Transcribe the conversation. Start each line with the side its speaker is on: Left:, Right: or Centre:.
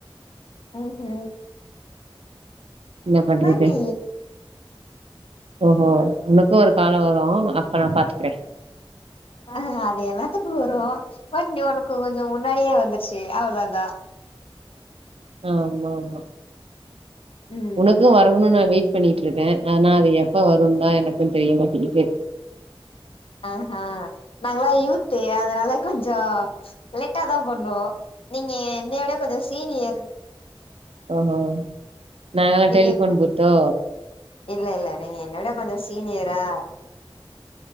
Left: ஹ ஹ
Right: என்ன பண்றது
Left: நீ
Right: ஓஹோ உனக்கு ஒரு காலோ வரு அப்ப நா பாத்துக்றே
Left: ஆஹ அது எல்லாத்துக்கு வரு பட் நீ உனக்கு கொஞ்சோ முன்னாடியே வந்துச்சு அவ்ளோதா
Right: அ ஆமா ஆமா
Left: ம்
Right: உனக்கம் வருன்னு நா வெயிட் பண்ணிட்ருக்கே ஆனா அது எப்ப வருன் தா எனக்கும் தெரிய மாட்டேங்கிது
Left: அ ஆ நாங்களா யூத்து அதனால கொஞ்சம் லேட்டா தா பண்ணுவோ நீங்க என்னையோட கொஞ்ச சீனியர்
Right: ஓ ஓ நாங்களா
Left: நீங்க
Right: டெலிஃபோன்
Left: என்ன
Right: பூத்தோ
Left: இல்ல இல்ல நீங்க என்னவிட கொஞ்சோ சீனியரா